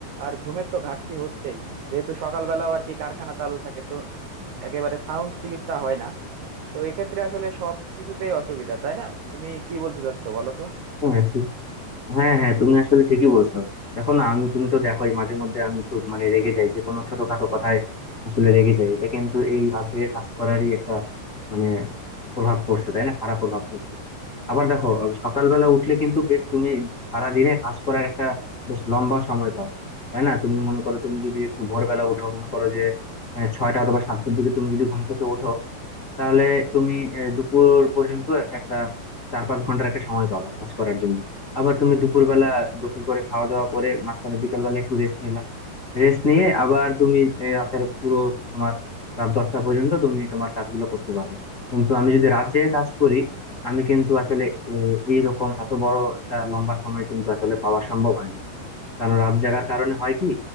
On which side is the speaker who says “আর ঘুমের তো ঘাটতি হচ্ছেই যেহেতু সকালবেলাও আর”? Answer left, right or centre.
Right